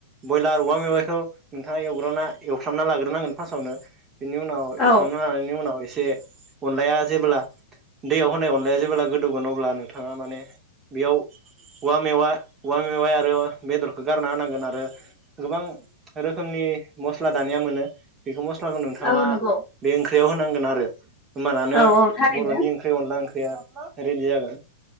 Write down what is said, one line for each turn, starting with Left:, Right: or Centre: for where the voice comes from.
Right: बयलार औवा मेवाइखौ नोंथाङा एवग्रा एवफ्रामना लाग्रोनांगोन फार्स्टआवनो बेनि उनाव एउफ्राना
Left: औ
Right: लानायनि उनाव एसे अनलाया जेब्ला दैयाव होनाय अनलाया जेब्ला गोदौगोन अब्ला नोंथाङा माने बेयाव औवा मेवा औवा मेवाय आरो बेदरखौ गारना होनांगोन आरो गोबां रोखोमनि मस्ला दानिया मोनो बेखौ मस नोंथाङा
Left: औ नंगौ
Right: बे ओं होनांगोन आरो होमानानो
Left: औ औ थारैनो
Right: बर'नि ओंख्रि अनला ओंख्रिया रेडि जागोन